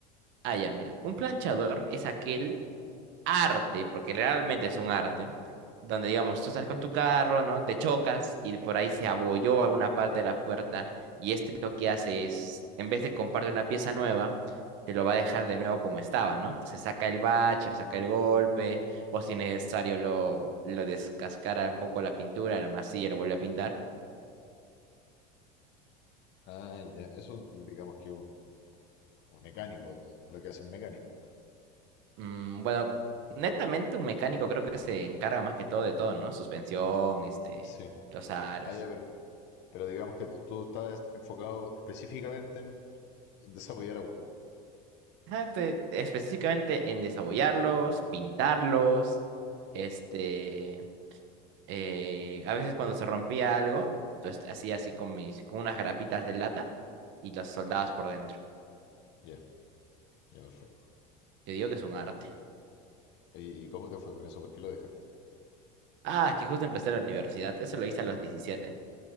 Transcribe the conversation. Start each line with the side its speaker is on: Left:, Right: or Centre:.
Right: Ah, ya, mira. Un planchador es aquel arte, porque realmente es un arte, donde digamos, tú estás con tu carro, ¿no? Te chocas y por ahí se abolló alguna parte de la puerta y este lo que hace es, en vez de comprarte una pieza nueva, te lo va a dejar de nuevo como estaba, ¿no? Entonces saca el bache, o saca el golpe, o si es necesario lo, lo descascara un poco la pintura, la masilla, lo vuelve a pintar.
Left: Ah, ya, eso digamos que un, un mecánico, lo que hace un mecánico.
Right: Mm, bueno, netamente un mecánico creo que se encarga más que todo de todo, ¿no? Suspensión, este,
Left: Sí.
Right: los aros.
Left: Ah, ya, pero, pero digamos que tú, tú estás enfocado específicamente en, en desarrollar autos.
Right: Ajá, te- específicamente en desabollarlos, pintarlos, este, eh, a veces cuando se rompía algo, entonces hacía así con mis, con unas grapitas de lata y las soldabas por dentro.
Left: Ya, ya, perfecto.
Right: Yo digo que es un arte.
Left: Oye, ¿y cómo te fue con eso? ¿Por qué lo dejaste?
Right: Ah, que justo empecé la universidad, eso lo hice a los 17.